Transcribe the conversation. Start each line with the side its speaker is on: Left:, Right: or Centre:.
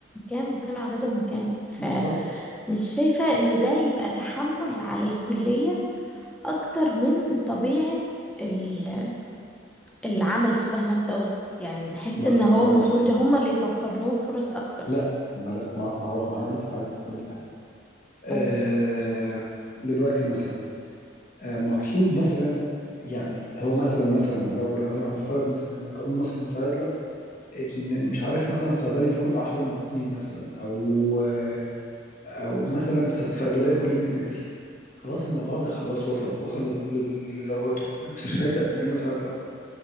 Centre: كام وكانوا عددهم كام فمش
Left: بالظبط
Centre: شايفة ان ده يبقى تحمل على الكلية اكتر من طبيعة ال- العمل شبه ما انت قلت يعني بحس
Left: لا
Centre: ان هو
Left: ما
Centre: المفروض
Left: بص
Centre: هم اللي يتوفر لهم فرص اكتر
Left: لا ما لا ما, ما هو ما انا هقول لك حاجه هقول لك حاجه آه
Centre: قول
Left: دلوقتي مثلا آه مطلوب مثلا يعني هو مثلا مثلا لو لو لو هنفترض مثلا ان قانون مثلا الصيادله ان مش عارف مثلا صيدلي لكل 10 مواطنين مثلا او او مثلا ص- صيدليه كل 100 متر خلاص الموضوع ده خلاص وصل وصل ل- ل- لذروته المستشفيات بقت مليانه صيادله